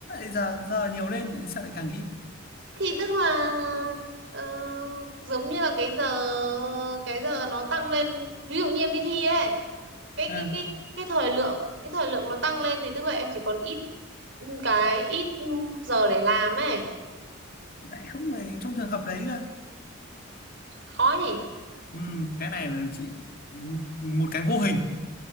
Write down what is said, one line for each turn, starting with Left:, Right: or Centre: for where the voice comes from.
Left: giờ giờ nhiều lên sao lại càng ít
Right: thì tức là ờ, giống như là cái giờ cái giờ nó tăng lên ví dụ như em đi thi ấy cái
Left: ừ.
Right: cái cái cái thời lượng cái thời lượng nó tăng lên thì tức là em chỉ còn ít ừ, cái ít giờ để làm ấy
Left: lại không phải trong trường hợp đấy cơ
Right: khó nhỉ
Left: Ừ, cái này là chị một cái vô hình